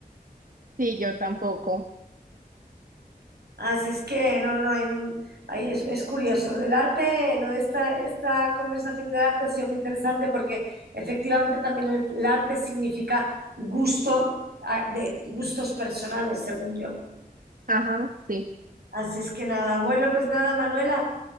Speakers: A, on the right (about 60°); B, on the right (about 85°).
A: sí, yo tampoco.
B: Así es que no, no, hay un- ahí es, es curioso. Lo del arte, lo de esta, esta conversación del arte ha sido muy interesante porque efectivamente también el, el arte significa gusto, a- de gustos personales, según yo.
A: Ajá, sí.
B: Así es que nada, bueno, pues nada, Manuela,